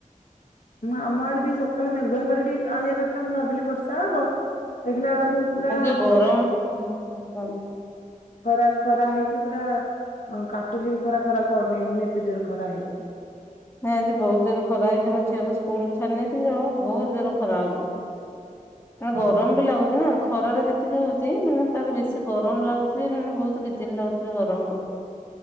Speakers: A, on the left (about 65°); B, on the left (about 15°).
A: ହଁ ଆମ ଆଡେ ବି ସକାଳେ ମେଘୁଆ କରି ଟିକେ କାଳିଆ କରିିଥିଲା ମୁଁ ଭାବିଲି ବର୍ଷା ହବ। ଦେଖିଲା ବଳକୁ ପୁରା
B: ଏ ଯୋଉ ଗରମ ହୁଁ କୁହନ୍ତୁ।
A: ଖରା ଖରା ହେଇକି ପୁରା କାଟୁଛି ବି ଖରା ଖରାକୁ ଅନେଇ ହଉନି ଏତେ ଜୋର ଖରା ହେଇଛି।
B: ନାଇଁ ଆଜି ବହୁତ ଜୋର ଖରା ହେଇଛି ମୋ ଝିଅକୁ ସ୍କୁଲ ଛାଡି ନେଇେଇଥିଲି ବହୁତ ଜୋରରେ ଖରା ହଉଚି। ମେ ଗରମ
A: ହଁ
B: ବି ଲାଗୁଛି ନା। ଖରାରେ ଯେତିକି ହଉଛି ମାନେ ତାର ବେଶୀ ଗରମ ଲାଗୁଛି ମାନେ ବହୁତ ଡିଜେଲ ଲାଗୁଛି ଗରମ ରୁ।